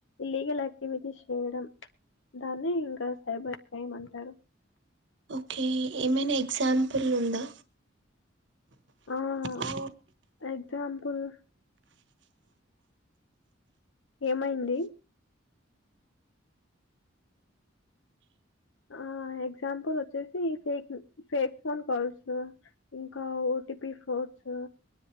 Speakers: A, on the left (about 75°); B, on the right (about 65°).
A: లీగల్ యాక్టివిటీస్ చేయడం దాన్నే ఇంకా సైబర్ క్రైమ్ అంటారు
B: ఓకే ఏమైనా ఎగ్జాంపుల్ ఉందా
A: ఆహ
B: ఓ,
A: ఎగ్జాంపుల్ ఏమైంది ఆ ఎగ్జాంపుల్ వచ్చేసి ఫేక్ ఫేక్ ఫోన్ కాల్స్ ఇంకా ఓటిపి ఫోట్స్